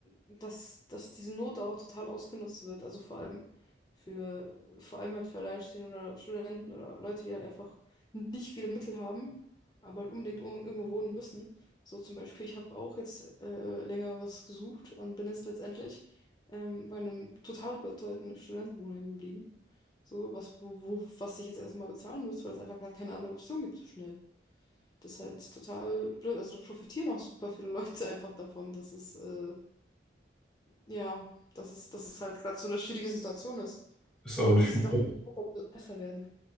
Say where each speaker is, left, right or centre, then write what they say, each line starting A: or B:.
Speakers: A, on the left; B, in the centre.
A: dass, dass diese Not auch total ausgenutzt wird. Also vor allem für, vor allem halt für Alleinstehende oder Studenten oder Leute, die halt einfach nicht viele Mittel haben, aber halt unbedingt un- irgendwo wohnen müssen. So zum Beispiel, ich habe auch jetzt äh, länger was gesucht und bin jetzt letztendlich ähm, bei einem total überteuerten Studentenwohnheim geblieben. So, was, wo, wo, was ich jetzt erstmal bezahlen muss, weil es einfach gar keine andere Option gibt so schnell. Das ist halt total blöd. Also da profitieren auch super viele Leute <laughs> einfach davon, dass es, äh, ja, dass es, dass es halt gerade so eine schwierige Situation ist.
B: Ist auch nicht
A: Und es
B: gut.
A: sieht auch nicht aus, als würde es besser werden.